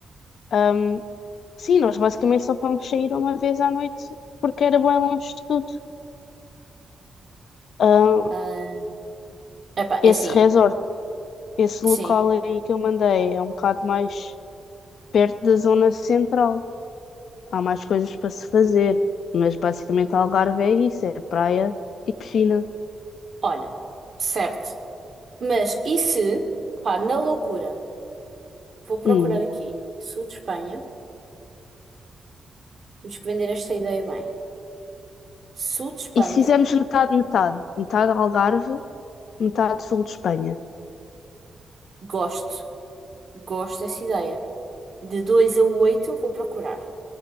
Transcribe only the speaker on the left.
Hum, sim, nós basicamente só fomos sair uma vez à noite porque era bem longe de tudo. Hum,
esse
resort, esse
local aí que eu mandei é um bocado mais perto da zona central. há mais coisas para se fazer, mas basicamente Algarve é isso, é praia e piscina.
Hum.
E se fizermos metade, metade, metade Algarve, metade sul de Espanha.